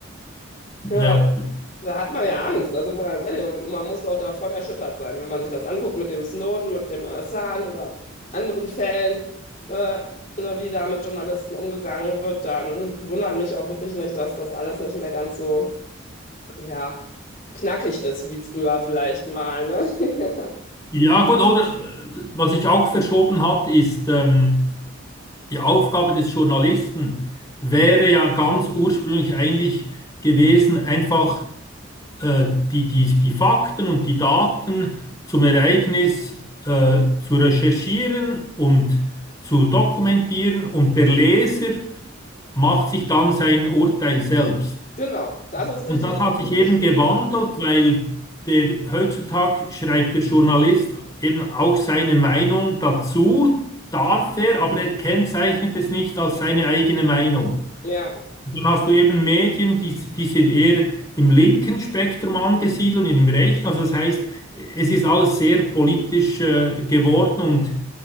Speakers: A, on the left; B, on the left.
A: Ja,
B: ja.
A: da hat man ja Angst, also mal ganz ehrlich, man, man muss auch davon erschüttert sein, wenn man sich das anguckt mit dem Snowden, mit dem Assange oder anderen Fällen, äh, ne, wie da mit Journalisten umgegangen wird, dann wundert mich auch wirklich nicht, dass das alles nicht mehr ganz so, ja, knackig ist wie früher vielleicht mal, ne? <laughs>
B: Ja, gut, oder äh, was ich auch verschoben hat, ist, ähm, Die Aufgabe des Journalisten wäre ja ganz ursprünglich eigentlich gewesen, einfach äh, die, die, die Fakten und die Daten zum Ereignis äh, zu recherchieren und zu dokumentieren und der Leser macht sich dann sein Urteil selbst.
A: Genau, das ist
B: Und
A: richtig
B: das hat
A: gut
B: sich eben
A: beschrieben
B: gewandelt,
A: dann.
B: weil der heutzutage schreibt der Journalist eben auch seine Meinung dazu, darf er, aber er kennzeichnet es nicht als seine eigene Meinung.
A: Ja,
B: Und dann hast du eben Medien, die, die sind eher im linken Spektrum angesiedelt und im rechten. Also das heißt, es ist alles sehr politisch äh, geworden und